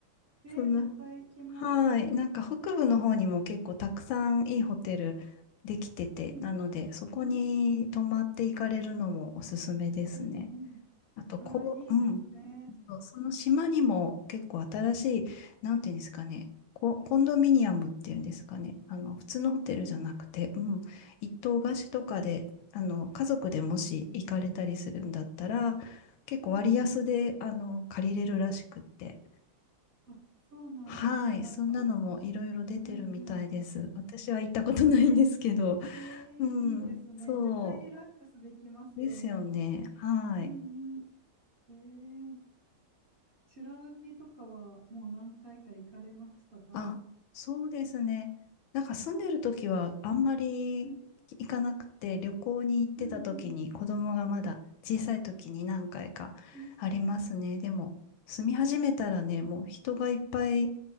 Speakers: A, on the right; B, on the left.
A: えー、
B: そんな、
A: 絶対行きます。
B: はい。なんか北部の方にも結構たくさんいいホテルできてて、
A: うん。
B: なので、そこに泊まって行かれるのもおすすめですね。
A: うーん。うんうん。
B: あと、
A: ああ、
B: こう、
A: いいですね。
B: うん。そうその島にも結構新しい、なんていうんですかね、コ、コンドミニアムっていうんですかね、あの、普通のホテルじゃなくて、
A: うんうん
B: うん、一棟貸しとかで、あの、家族でもし行かれたりするんだったら、結構割安で、
A: うん
B: あの、借りれるらしくって。
A: うん。あ、そうなんですか。
B: はい、
A: なんか、
B: そんなのもいろいろ出てるみたいです。
A: うんうん。
B: 私は行ったことないんですけど。
A: えー、
B: うん、
A: いいですね。
B: そ
A: 絶対リラックスできますよね。
B: うですよね。はい。
A: うんうん。えー、美ら海とかはもう何回か行かれましたか
B: あ、そうですね。なんか住んでる時はあんまり行かなくて、
A: うん
B: 旅行に行ってた時に子供がまだ小さい時に何回かありますね。
A: うんうんうん
B: でも住み始めたらね、
A: うんうん。
B: もう人がいっぱい